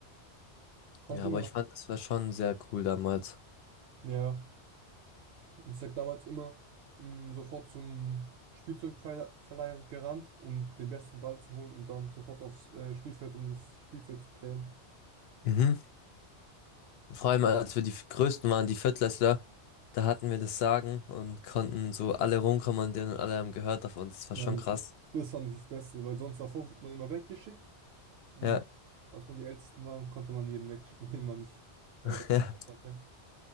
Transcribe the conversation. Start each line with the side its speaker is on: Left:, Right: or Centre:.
Right: Fand
Left: Ja,
Right: ich
Left: aber ich fand, es war schon sehr cool damals.
Right: immer, ja, ich sag damals immer, mm, sofort zum Spielzeugverleih gerannt, um den besten Ball zu holen und dann sofort aufs äh, Spielfeld, um das Spielfeld zu claimen.
Left: Mhm. Vor allem, als wir die Größten waren, die Viertklässler, da hatten wir das Sagen und konnten so alle rumkommandieren und alle haben gehört auf uns. Das
Right: Ja,
Left: war schon
Right: Mhm.
Left: krass.
Right: das fand ich das Beste, weil sonst davor wurde man immer weggeschickt. Mm,
Left: Ja,
Right: Als man die Ältesten war, konnte man jeden wegschicken, den man nicht äh,
Left: <laughs>
Right: dort
Left: ja,
Right: gemacht hat. Ne?